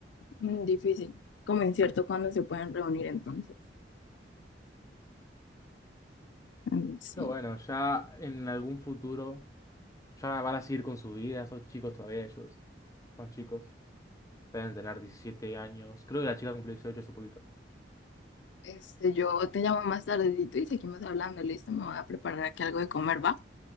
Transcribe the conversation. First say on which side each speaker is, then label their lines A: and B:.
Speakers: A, on the left (about 85°); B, on the left (about 20°).
A: Mm, Difícil. Como incierto cuando se pueden reunir entonces. Mm, Sí.
B: Pero bueno, ya en algún futuro ya van a seguir con su vida, son chicos todavía ellos, son chicos, deben tener 17 años. Creo que la chica cumplió 18 hace poquito.
A: Este, yo te llamo más tardecito y seguimos hablando, listo, me voy a preparar aquí algo de comer, ¿va?